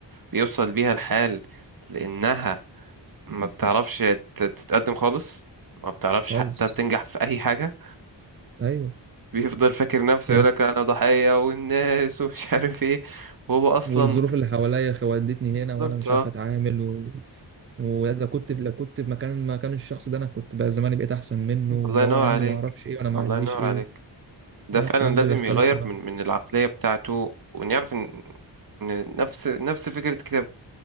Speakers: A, on the right (about 50°); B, on the right (about 30°).
A: بيوصل بيها الحال لأنها ما بتعرفش تت- تتقدم خالص ما بتعرفش
B: خالص
A: حتى تنجح في أي حاجة
B: ايوه
A: بيفضل فاكر نفسه
B: يعني
A: يقولك أنا ضحية والناس ومش عارف إيه وهو أصلا
B: والظروف اللي حواليا خ- ودتني
A: بالظبط
B: هنا وانا مش
A: اه
B: عارف اتعامل ولو كنت لو كنت في مكان مكان الشخص ده انا كنت بقى زماني بقيت احسن منه
A: الله
B: ده
A: ينور
B: هو عنده
A: عليك
B: ما اعرفش ايه وانا ما
A: الله
B: عنديش
A: ينور
B: ايه
A: عليك ده
B: انا
A: فعلا
B: الكلام
A: لازم
B: ده بيختلف
A: يغير
B: تماما
A: من من العقلية بتاعته وإن يعرف إن إن نفس نفس فكرة كتابه